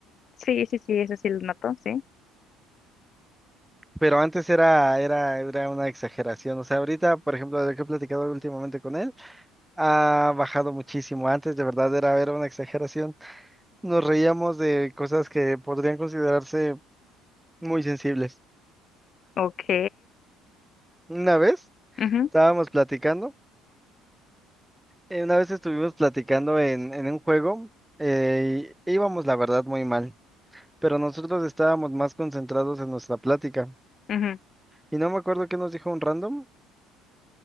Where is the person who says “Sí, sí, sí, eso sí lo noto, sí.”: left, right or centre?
Left